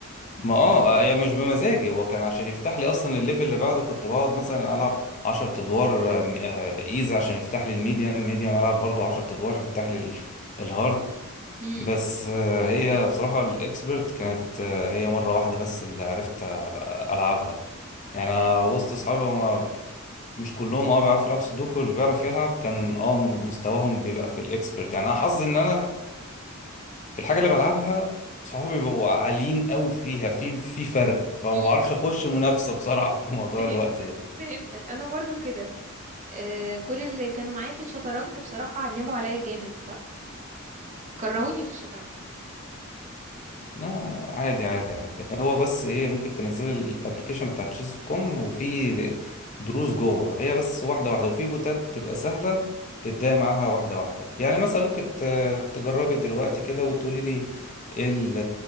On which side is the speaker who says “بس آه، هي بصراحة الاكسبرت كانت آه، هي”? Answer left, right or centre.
Left